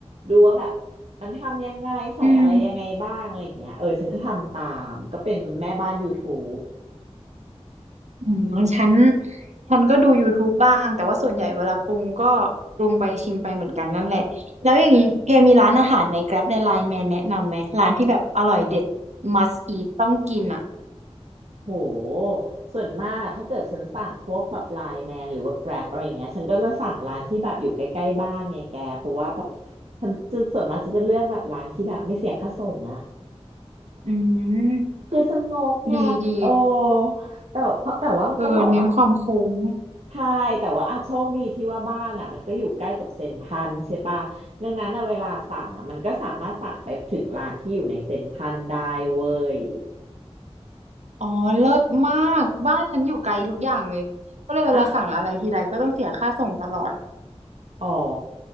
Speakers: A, on the right; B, on the right.
A: ดูว่าแบบมันทำยังไงใส่อะไรยังไงบ้างอะไรอย่างเงี้ยเออฉันก็ทำตามก็เป็นแม่บ้าน
B: อืม
A: YouTube
B: อืมฉันฉันก็ดู YouTube บ้างแต่ว่าส่วนใหญ่เวลาปรุงก็ปรุงไปชิมไปเหมือนกันนั่นแหละแล้วอย่างนี้แกมีร้านอาหารใน Grab ใน Line Man แนะนำไหมร้านที่แบบอร่อยเด็ด must eat ต้องกินอ่ะ
A: โหส่วนมากอะถ้าเกิดฉันสั่งพวกแบบไลน์แมนหรือว่า Grab อะไรอย่างเงี้ยฉันก็จะสั่งร้านที่แบบอยู่ใกล้ๆบ้านไงแกเพราะว่าแบบฉันจะส่วนมากฉันจะเลือกแบบร้านที่แบบไม่เสียค่าส่งอะ
B: อืม
A: คือฉันงกไงโอ้
B: ดีดี
A: แต่เพราะแต่ว่าต้องบอกว่า
B: เออเน้นความคุ้ม
A: ใช่แต่ว่าอ่ะโชคดีที่ว่าบ้านอ่ะมันก็อยู่ใกล้กับเซ็นทรัลใช่ปะดังนั้นอ่ะเวลาสั่งอ่ะมันก็สามารถสั่งไปถึงร้านที่อยู่ในเซ็นทรัลได้เว้ย
B: อ๋อเลิศมากบ้านฉันอยู่ไกลทุกอย่างเลยก็เลยเวลาสั่งอะไรทีไรก็ต้องเสียค่าส่งตลอด
A: <laughs> อ่ะ อ๋อ